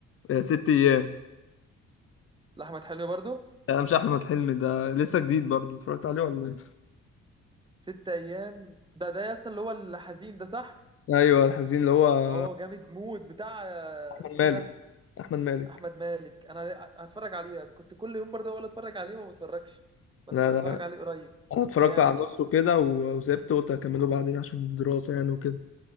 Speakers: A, on the left; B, on the right.
A: آه، ست ايام
B: لاحمد حلمي برضو
A: ده مش احمد حلمي ده لسه جديد برضه اتفرجت عليه ولا ايه
B: ست ايام ده ده يا اسطى اللي هو الحزين ده صح
A: ايوه الحزين اللي هو
B: اه جامد موت بتاع آه،
A: احمد
B: اسمه
A: مالك
B: إيه ده
A: احمد مالك
B: احمد مالك انا هتفرج عليه كنت كل يوم برضه اقول اتفرج عليه ما بتفرجش بس
A: لا
B: هتفرج
A: لا انا
B: عليه قريب
A: اتفرجت
B: جامد
A: على النص وكده و- وسبت قلت اكمله بعدين عشان الدراسة يعني وكده